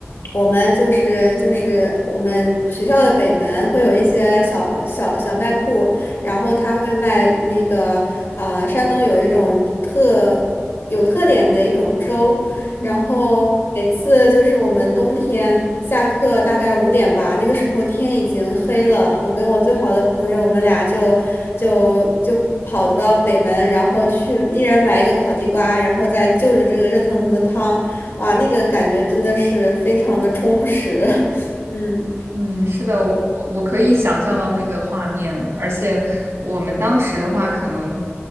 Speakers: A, on the left (about 70°); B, on the right (about 85°).
A: 我们就是就是我们学校的北门会有一些小小小卖铺，然后他会卖那个呃，山东有一种特有特点的一种粥，
B: 嗯，
A: 然后每次就是我们冬天下课大概五点吧，那个时候天已经黑了。我跟我最好的朋友，我们俩就就就跑到北门，然后去一人买一个烤地瓜，然后再就着这个热腾腾的汤，哇，那个感觉真的是非常的充实。<laughs> 嗯。
B: 嗯，是的，我我可以想象到那个画面，而且我们当时的话，可能，